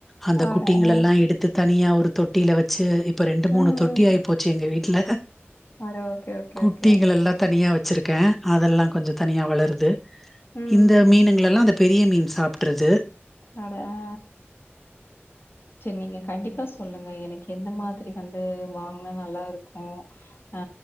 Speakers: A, in the centre; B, on the left.
A: அந்த
B: அட
A: குட்டிங்கல
B: ஆ.
A: எல்லா எடுத்து தனியா ஒ ரு தொட்டில வச்சு இ இப்ப ரெண்டு மூணு
B: ம்,
A: தொட்டி
B: ம்.
A: ஆயி போச்சு எங்க வீட்ல
B: அட ஓகே, ஓகே,
A: குட்டிகள்
B: ஓகே.
A: எல்லா தனியா வச் வெச்சிருக்கே அதெல்லா கொஞ்ச தனியா வளருது
B: ம்.
A: இந்த மீனுங்ளெல்லா அத பெரிய மீன் சாப்ட்றது
B: அட அ செரி நீங்க கண்டிப்பா சொல்லுங்க எனக்கு எந்த மாதிரி வந்து வாங்னா நல்லா இருக்கு அ